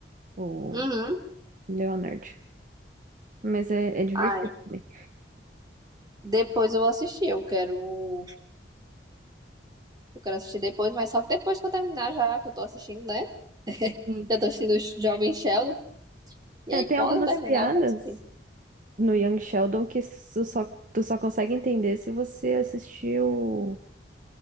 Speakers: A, on the right (about 50°); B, on the right (about 25°).
A: O
B: Uhum.
A: Leonard. Mas é, é divertido
B: Ai.
A: também.
B: Depois eu vou assistir, eu quero, eu quero assistir depois, mas só que depois que eu terminar já, que eu tô assistindo, né?
A: Sim.
B: Já tô assistindo o Jovem Sheldon, e
A: É,
B: aí
A: tem
B: quando
A: algumas
B: eu terminar
A: piadas
B: eu quero assistir.
A: no Young Sheldon que tu só, tu só consegue entender se você assistir o,